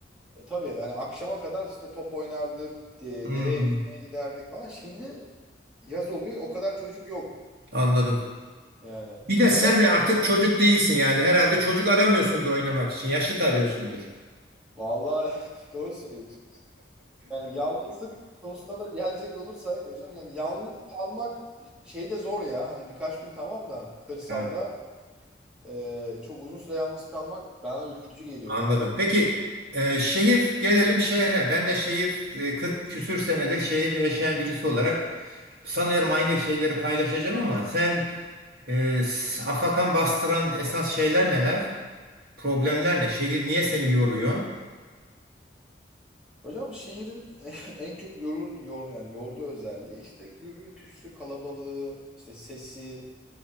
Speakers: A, in the centre; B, on the right.
A: e, tabii yani akşama kadar işte top oynardık. de-
B: Hmm,
A: Dereye yüzmeye giderdik falan. Şimdi yaz oluyor o kadar çocuk yok.
B: anladım.
A: Yani
B: Bir de sen
A: ben hocam
B: de artık çocuk değilsin yani herhalde çocuk aramıyorsundur oynamak için yaşıt arıyorsundur.
A: vallahi <laughs> doğru söylüyorsun. Yani yalnızlık konusuna da gelecek olursak hocam yani yalnız kalmak şeyde zor ya. Hani birkaç gün tamam da kırsalda
B: Evet.
A: e, çok uzun süre yalnız kalmak bana ürkütücü geliyor
B: Anladım.
A: bilmiyorum.
B: Peki e, şehir gelelim şehre. Ben de şehir e, 40 küsür senedir şehirde yaşayan birisi olarak sanıyorum aynı şeyleri paylaşacağım ama sen e, s- afakan bastıran esas şeyler neler? Problemler ne? Şehir niye seni yoruyor?
A: Hocam şehrin <laughs> en çok yorun yor yani yorduğu özelliği işte gürültüsü, kalabalığı, işte sesi,